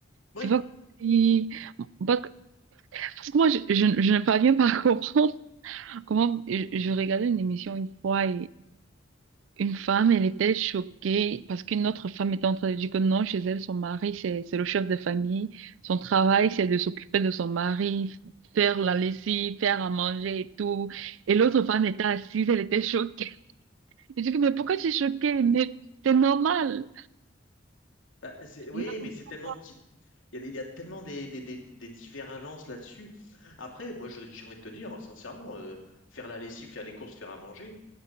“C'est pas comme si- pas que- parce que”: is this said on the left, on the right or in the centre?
Right